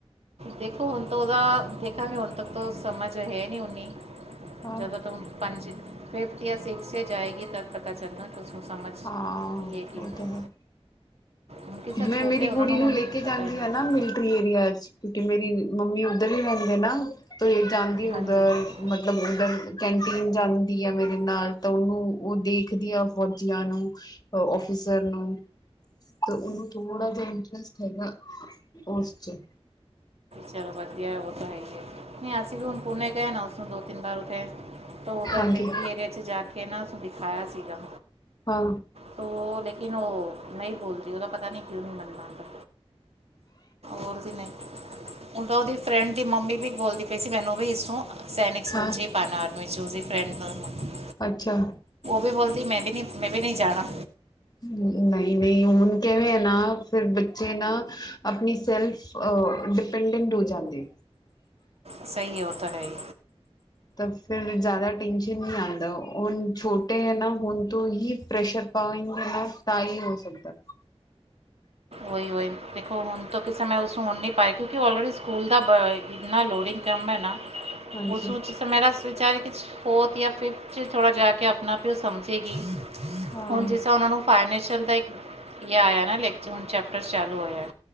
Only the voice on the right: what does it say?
ਦੇਖੋ ਹੁਣ ਤਾਂ ਉਹਦਾ ਦੇਖਾਂਗੇ ਹੁਣ ਤੱਕ ਤੋ ਸਮਝ ਹੈ ਨੀ ਉਨੀ।
ਜਦੋਂ ਤੋ ਹੁਣ ਪੰਜ ਫਿਫਥ ਯਾ ਸਿਕਸ ਜਾਏਗੀ ਤਦ ਪਤਾ ਚੱਲਣਾ। ਕਿ ਉਸਨੂੰ ਸਮਝ
ਕੀ ਹੈ ਕੀ
ਨਹੀਂ
ਕਿਉਂਕਿ ਸਰ
ਛੋਟੇ
ਉਹਨਾਂ
ਹੁਣ
ਪਤਾ
ਹੀ ਨਹੀਂ
ਹਾਂਜੀ ਹਾਂਜੀ।
ਚੱਲ ਵਧੀਆ ਉਹ ਤਾਂ ਹੈ ਹੀ ਐ, ਨਹੀਂ ਅਸੀਂ ਵੀ ਹੁਣ ਪੁਣੇੇ ਗਏ ਨਾ ਉਸਨੂੰ ਦੋ ਤਿੰਨ ਵਾਰ ਉਥੇ ਤਾਂ ਉੱਧਰ
ਮਿਲਟਰੀ ਏਰੀਆ ਚ ਜਾ ਕੇ ਨਾ ਉਸਨੂੰ ਦਿਖਾਇਆ ਸੀਗਾ।
ਤੋ ਉਹ ਲੇਕਿਨ ਉਹ ਨਹੀਂ ਬੋਲਦੀ ਉਹਦਾ ਪਤਾ ਨਹੀਂ ਕਿਉਂ ਨੀ ਮਨ ਮੰਨਦਾ। ਹੋਰ ਕਿ ਨਹੀਂ ਉਲਟਾ ਉਹਦੀ ਫਰੈਂਡ ਦੀ ਮੰਮੀ ਵੀ ਬੋਲਦੀ ਪਈ ਸੀ ਮੈਨੂੰ ਵੀ ਇਸ ਨੂੰ ਸੈਨਿਕ ਸਕੂਲ
ਚ ਹੀ ਪਾਣਾ ਐਡਮਿਸ਼ਨ ਉਹਦੀ ਫਰੈਂਡ ਕੋਲ।
ਵੀ ਬੋਲਦੀ ਮੈਂ ਵੀ ਨਹੀਂ ਮੈਂ ਵੀ ਨਹੀਂ ਜਾਣਾ।
ਸਹੀ ਹੋ ਤਾਂ ਹੈ ਹੀ
ਉਹੀ -ਉਹੀ ਦੇਖੋ ਹੁਣ ਤੋ ਕਿਸੇਂ ਉਸਨੂੰ ਹੁਣ ਨ ਪਾਈ ਕਿਉਂਕਿ ਔਲਰੇਡੀ ਸਕੂਲ ਬ ਇੰਨਾ ਲੋਡਿੰਗ ਕੰਮ ਹੈ ਨਾ
ਉਸ ਵਿਚ ਸਮੇਂ ਵਿਚ ਵਿਚਾਰੇ ਫੋਰਥ ਜਾ ਫਿਫਥ ਚ ਥੋੜਾ ਜਾ ਕੇ ਆਪਣਾ ਆਪ ਹੀ ਉਹ ਸਮਝੇਗੀ।
ਹੁਣ ਜਿਸ ਤਰਾ ਉਹਨਾ ਨੂੰ ਫਾਈਨੈਂਸ਼ਲ ਦਾ ਇਕ ਆਇਆ ਨਾ ਲੈਕਚਰ ਚੈਪਟਰ ਚਾਲੂ ਹੋਇਆ।